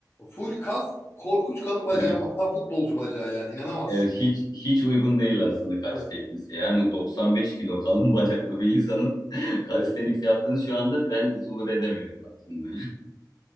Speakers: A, on the left; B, on the left.
A: Full kas, korkunç kalın bacağım
B: Evet,
A: var. Tam futbolcu bacağı yani. İnanamazsın.
B: evet, hiç hiç uygun değil aslında kalistenikse.
A: Evet,
B: Yani 95 kilo kalın bacaklı bir insanın <laughs> kalisteniks
A: evet.
B: yaptığını şu anda ben zuhur edemiyorum aslında.